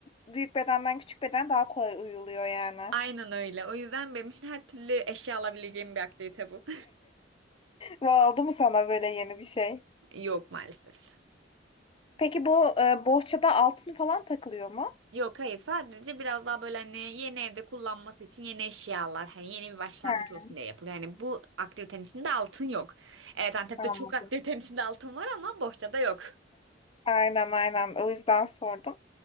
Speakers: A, on the left; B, on the right.
A: büyük bedenden küçük beden daha kolay uyuluyor yani.
B: Aynen öyle. O yüzden benim için her türlü eşya alabileceğim bir aktivite bu.
A: Vay, Oldu mu sana böyle yeni bir şey?
B: <laughs> Yok maalesef.
A: Peki bu e, bohçada altın falan takılıyor mu?
B: Yok hayır sadece biraz daha böyle hani yeni evde kullanması için yeni eşyalar hani yeni bir başlangıç
A: He,
B: olsun diye yapılıyor. Yani bu aktivitenin içinde altın yok. Evet Antep'te
A: tamam.
B: çok aktivitenin içinde altın var ama bohçada yok.
A: Aynen aynen. O yüzden sordum.